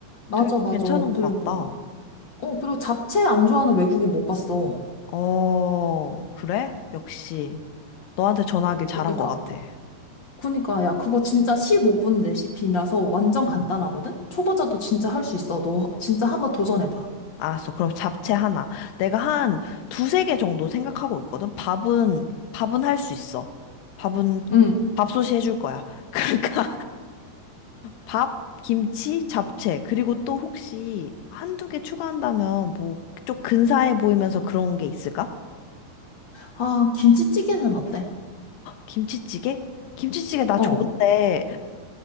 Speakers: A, on the left; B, on the left.
A: 맞아,
B: 되게
A: 맞아.
B: 괜찮은
A: 그리고
B: 것 같다.
A: 어, 그리고 잡채 안 좋아하는 외국인 못 봤어.
B: 어, 그래? 역시. 너한테 전화하길 잘한
A: 그, 그러니까.
B: 것 같아.
A: 그니까, 야, 그거 진짜 15분 레시피라서 완전 간단하거든?
B: 응.
A: 초보자도 진짜 할 수 있어. 너 진짜 한번 도전해봐.
B: 알았어. 그럼 잡채 하나. 내가 한 두세 개 정도 생각하고 있거든. 밥은, 밥은 할 수 있어. 밥은,
A: 응.
B: 밥솥이 해줄 거야. <laughs> 그러니까. 밥, 김치, 잡채. 그리고 또 혹시 한두 개 추가한다면 뭐 좀 근사해 보이면서 그런 게 있을까?
A: 아, 김치찌개는 어때?
B: 김치찌개? 김치찌개 나
A: 어.
B: 좋은데